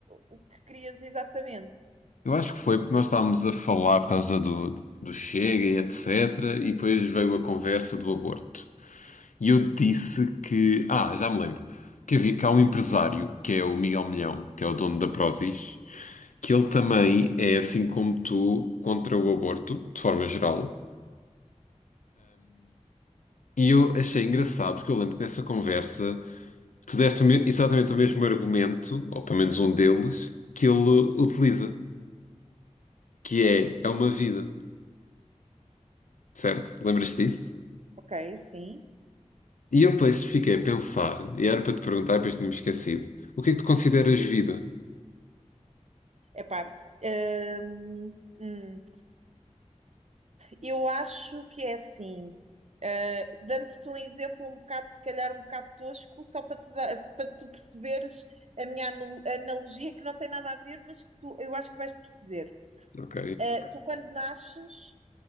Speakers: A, on the right (about 60°); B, on the left (about 85°).
A: o que querias exatamente.
B: Eu acho que foi porque nós estávamos a falar por causa do, do Chega e etc. E depois veio a conversa do aborto. E eu disse que, ah, já me lembro, que, havia, que há um empresário que é o Miguel Milhão, que é o dono da Prozis, que ele também é assim como tu contra o aborto, de forma geral. E eu achei engraçado, porque eu lembro que nessa conversa tu deste o me- exatamente o mesmo argumento, ou pelo menos um deles, que ele utiliza, que é, é uma vida, certo? Lembras-te
A: Hum.
B: disso?
A: Ok, sim.
B: E eu depois fiquei a pensar, e era para te perguntar, depois tinha-me esquecido, o que é que tu consideras vida?
A: Epá, hum, hum, eu acho que é assim. eh, dando-te um exemplo um bocado, se calhar um bocado tosco, só para te dar, para tu perceberes a minha anu- analogia que não tem nada a ver, mas que tu, eu acho que vais perceber.
B: Ok,
A: Eh, tu quando nasces